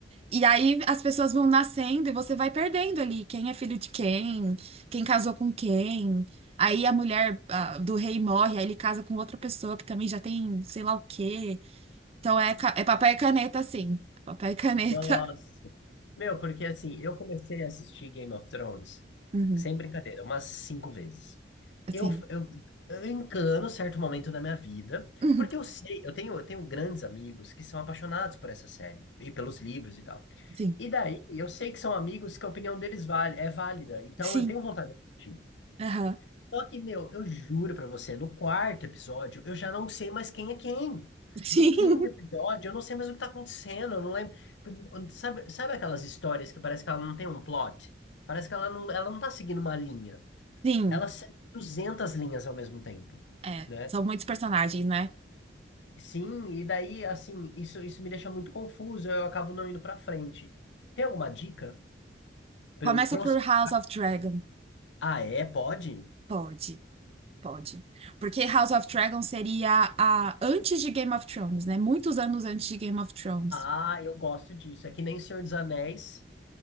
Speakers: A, on the right; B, on the left.
A: E aí as pessoas vão nascendo e você vai perdendo ali quem é filho de quem, quem casou com quem. Aí a mulher, ah, do rei morre, aí ele casa com outra pessoa que também já tem sei lá o quê. Então é, ca- é papel e caneta, sim. Papel e caneta.
B: Nossa. Meu, porque assim, eu comecei a assistir Game of Thrones,
A: Uhum.
B: sem brincadeira, umas cinco vezes. Eu,
A: Sim.
B: eu, eu encano certo momento da minha vida,
A: Uhum.
B: porque eu sei, eu tenho, eu tenho grandes amigos que são apaixonados por essa série e pelos livros e tal.
A: Sim.
B: E daí, eu sei que são amigos que a opinião deles vale, é válida, então
A: Sim.
B: eu tenho vontade de assistir.
A: Aham.
B: Só que, meu, eu juro pra você, no quarto episódio, eu já não sei mais quem é quem.
A: Sim.
B: No quinto
A: <laughs>
B: episódio, eu não sei mais o que tá acontecendo, eu não lembro. Sabe, sabe aquelas histórias que parece que ela não tem um plot? Parece que ela não, ela não tá seguindo uma linha.
A: Sim.
B: Ela segue 200 linhas ao mesmo tempo,
A: É.
B: né?
A: São muitos personagens, né?
B: Sim, e daí, assim, isso, isso me deixa muito confuso, eu acabo não indo pra frente. Tem alguma dica pra
A: Começa
B: eu prosperar?
A: por House of Dragon.
B: Ah, é? Pode?
A: Pode. Pode. Porque House of Dragon seria a antes de Game of Thrones, né? Muitos anos antes de Game of Thrones.
B: Ah, eu gosto disso. É que nem Senhor dos Anéis.